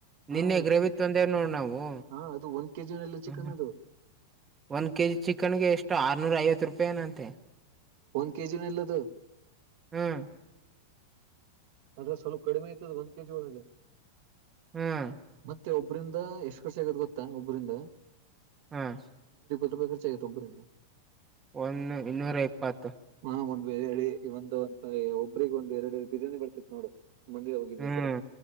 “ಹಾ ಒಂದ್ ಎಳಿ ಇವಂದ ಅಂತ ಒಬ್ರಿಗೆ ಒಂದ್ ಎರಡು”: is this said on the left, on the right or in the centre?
Right